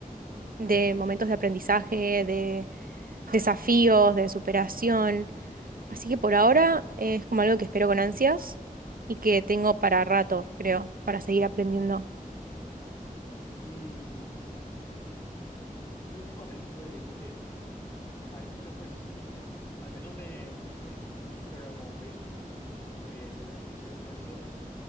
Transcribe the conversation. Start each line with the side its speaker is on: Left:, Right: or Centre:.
Right: de momentos de aprendizaje, de desafíos, de superación. Así que por ahora es como algo que espero con ansias y que tengo para rato, creo, para seguir aprendiendo.
Left: Y yo últimamente estuve viendo que hay muchas personas, al menos me- en en Instagram o Facebook, me salen anuncios de personas